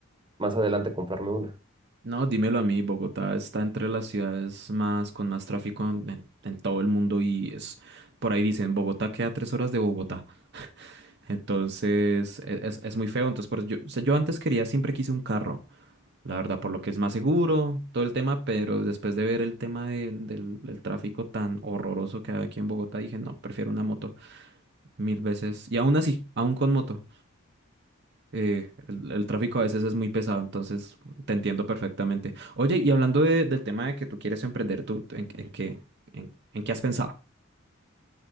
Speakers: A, on the right; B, on the right.
A: más adelante comprarme una.
B: No, dímelo a mí, Bogotá está entre las ciudades más con más tráfico en, en- en todo el mundo y es por ahí dicen Bogotá queda tres horas de Bogotá. Entonces e- es, es muy feo. Entonces, por eso yo, o sea, yo antes quería, siempre quise un carro, la verdad, por lo que es más seguro, todo el tema, pero después de ver el tema del, del- del tráfico tan horroroso que hay aquí en Bogotá, dije, no, prefiero una moto mil veces. Y aún así, aún con moto. Eh, el, el tráfico a veces es muy pesado, entonces te entiendo perfectamente. Oye, y hablando de- del tema de que tú quieres emprender, ¿tú en, en qué, en, en qué has pensado?